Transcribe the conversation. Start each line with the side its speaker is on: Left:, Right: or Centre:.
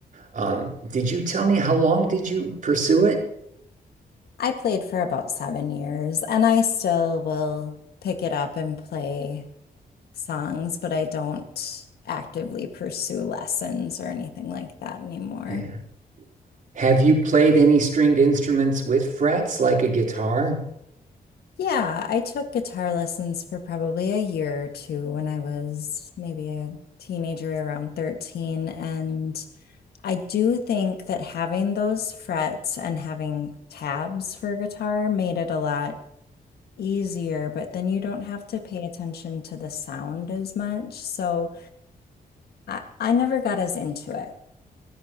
Right: Um, did you tell me how long did you pursue it?
Left: I played for about seven years and I still will pick it up and play songs, but I don't actively pursue lessons or anything like that anymore.
Right: Yeah. Have you played any stringed instruments with frets like a guitar?
Left: Yeah, I took guitar lessons for probably a year or two when I was maybe a teenager around 13. And I do think that having those frets and having tabs for guitar made it a lot easier, but then you don't have to pay attention to the sound as much. So I, I never got as into it.